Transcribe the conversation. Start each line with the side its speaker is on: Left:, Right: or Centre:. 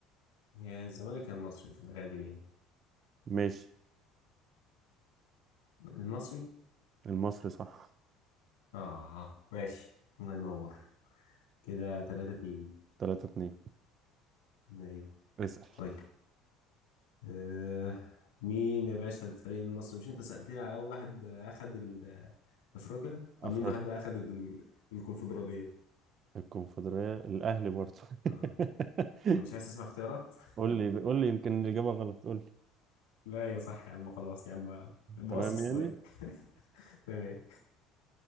Left: هي الزمالك يا المصري في الغالب يعني
Right: ماشي
Left: المصري
Right: المصري صح
Left: آه ماشي الله ينور كده 3 2
Right: 3 2
Left: أيوه
Right: اسأل
Left: طيب آه مين يا باشا الفريق المصري مش أنت سألتني على أول واحد أخد ال- أفريقيا طب
Right: افريقيا
Left: مين واحد بقى أخد ال- الكونفدرالية
Right: الكونفدرالية الاهلي برضه
Left: آه
Right: <laughs>
Left: طب مش عايز تسمع اختيارات
Right: قول لي قول لي يمكن الاجابة غلط قول لي
Left: <laughs> لا يا صح يا عم خلاص يا عم بوص
Right: تمام
Left: السؤال
Right: يعني
Left: <laughs> تمام